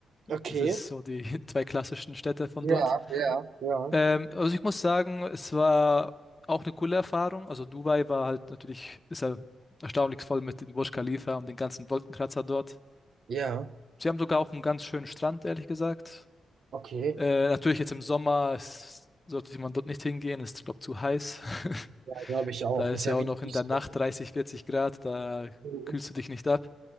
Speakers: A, on the right (about 60°); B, on the left (about 20°).
A: Okay.
B: Das ist so die <laughs> zwei klassischen Städte von dort.
A: Ja, ja, ja.
B: Ähm, also ich muss sagen, es war auch eine coole Erfahrung. Also Dubai war halt natürlich, ist ja erstaunlich voll mit dem Burj Khalifa und den ganzen Wolkenkratzer dort.
A: Ja,
B: Sie haben sogar auch einen ganz schönen Strand, ehrlich gesagt.
A: okay.
B: Äh, natürlich jetzt im Sommer s- sollte man dort nicht hingehen, ist, glaube zu heiß. <laughs>
A: Glaube ich auch.
B: Da ist
A: Ist ja
B: ja auch
A: wie
B: noch in
A: Düsseldorf.
B: der Nacht 30, 40 Grad, da
A: Mhm.
B: kühlst du dich nicht ab.